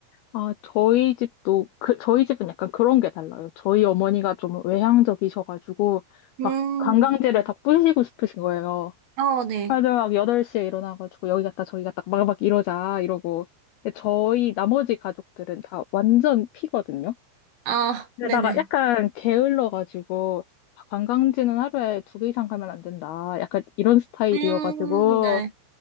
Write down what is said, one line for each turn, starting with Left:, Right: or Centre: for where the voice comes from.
Left: 아, 저희 집도, 그, 저희 집은 약간 그런 게 달라요. 저희 어머니가 좀 외향적이셔가지고,
Right: 음,
Left: 막 관광지를 다 뿌시고 싶으신 거예요.
Right: 어, 네.
Left: 다들 막 8시에 일어나가지고, 여기 갔다 저기 갔다 막 막 이러자, 이러고. 근데 저희 나머지 가족들은 다 완전 피거든요.
Right: 아,
Left: 게다가
Right: 네네.
Left: 약간 게을러가지고, 아, 관광지는 하루에 두 개 이상 가면 안 된다. 약간 이런 스타일이어가지고,
Right: 음, 네.